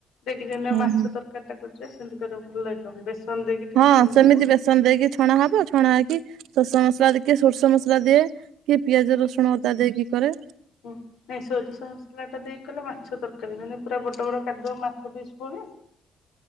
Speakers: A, on the left (about 80°); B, on the right (about 80°).
A: ଦେଖିଚନା
B: ହୁଁ
A: ମାଛ
B: ହୁଁ
A: ତରକାରୀ ଟା କରୁଚେ ସେମିତି କରିବୁ ଭଲ ଲାଗିବ। ବେସନ ଦେଇକି ଟିକେ
B: ହଁ
A: ଛାଣିଦବୁ।
B: ସେମିତି ବେସନ ଦେଇକି ଛଣା ହବ ଛଣା ହେଇକି ସୋରିଷ ମସଲା ଦେଇକି ସୋରିଷ ମସଲା ଦିଏ। କିଏ ପିଆଜ ରସୁଣ ଅଦା ଦେଇକି କରେ।
A: ହ ନାଇଁ ସୋରିଷ ମସଲାଟା ଦେଇକି କଲେ ମାଛ ତରକାରୀ ମାନେ ପୁରା ବଡ଼ ବଡ଼ କାଟିଦବ ମାଛ ପିସ୍ ଭଳିଆ